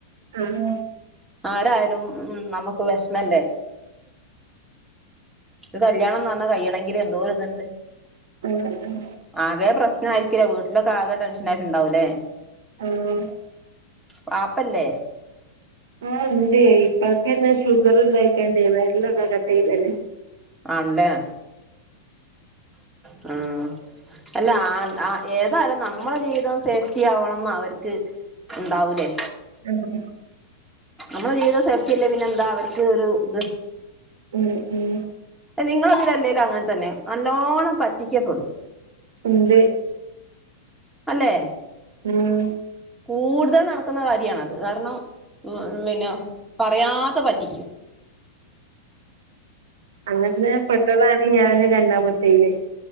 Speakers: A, on the right; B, in the centre.
A: ആഹ്
B: ആരായാലും ഉം നമുക്ക് വിഷമല്ലേ ഒരു കല്യാണം എന്ന് പറഞ്ഞാ കഴിയണെങ്കില് എന്തോര് ഇതുണ്ട്.
A: ഉം ഉം
B: ആകെ പ്രശ്ന ആയിരിക്കില്ലേ വീട്ടിലൊക്കെ ആകെ ടെൻഷൻ ആയിട്ടുണ്ടാവൂല്ലേ.
A: ആഹ്
B: വാപ്പല്ലേ.
A: ആ ഇണ്ട് ഇപ്പാക്കെന്നെ ഷുഗറ്ണ്ടായിക്കാണ്ടെ വെരലൊക്കെ കട്ട് ചെയ്തെ
B: ആണല്ലേ ഉം. അല്ല ആ ഏതാലും നമ്മള് ജീവിതം സേഫ്റ്റി ആവണം എന്നാ അവർക്ക്. ഉണ്ടാവുല്ലേ.
A: അതെ
B: നമ്മള് ജീവിതം സെഫ്റ്റില്ലേ പിന്നെ എന്താ അവർക്ക് ഒരു ഇത്
A: ഉം ഉം
B: നിങ്ങള് അതിലല്ലേലും അങ്ങനെ തന്നെ നല്ലോണം പറ്റിക്കപ്പെടും.
A: ഉണ്ട്.
B: അല്ലേ
A: ഉം
B: കൂടുതൽ നടക്കുന്ന കാര്യണത് കാരണം ഉം പിന്നെ പറയാതെ പറ്റില്ല.
A: അങ്ങനെ പെട്ടതാണ് ഞാന് രണ്ടാമത്തെയില്.